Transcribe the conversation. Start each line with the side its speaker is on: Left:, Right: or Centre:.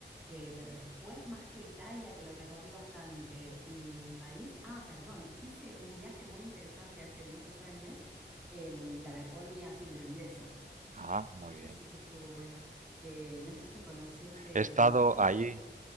Centre: Eh, pero después, más que Italia, que lo recorrí bastante, y París, ah, perdón, hice un viaje muy interesante hace muchos años, em, la Laponia finlandesa.
Right: Ah, muy
Centre: Ese
Right: bien.
Centre: sí que estuvo bueno. Eh, no sé si conoces, em,
Right: He estado
Centre: ay, ¿cómo
Right: allí.
Centre: se llama?